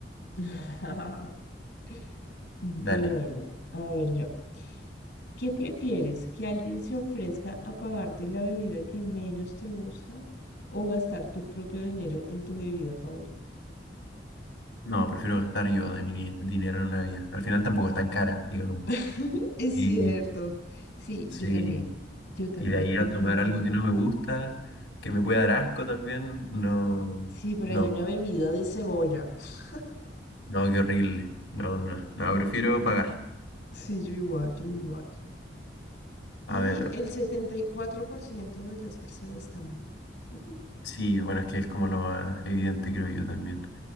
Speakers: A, on the left; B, on the left.
A: <clears throat> Bueno,
B: Dale.
A: a ver yo. ¿Qué prefieres? ¿Que alguien se ofrezca a pagarte la bebida que menos te gusta o gastar tu propio dinero en tu bebida favorita?
B: No, prefiero gastar yo de mi ni- dinero en una vida. Al final tampoco es tan cara, digamos.
A: <laughs> Es
B: Y
A: cierto. Sí,
B: sí,
A: yo también. Yo también,
B: Y de ahí
A: definitivamente.
B: a tomar algo que no me gusta, que me pueda dar asco también, no,
A: Sí, pero
B: no,
A: hay una bebida de cebolla. <laughs>
B: no, qué horrible. No, no, no, no, prefiero pagar.
A: Sí, yo igual, yo igual. Y
B: A ver,
A: el 74% de las personas también. <laughs>
B: sí, bueno, es que es como lo más evidente, creo yo también.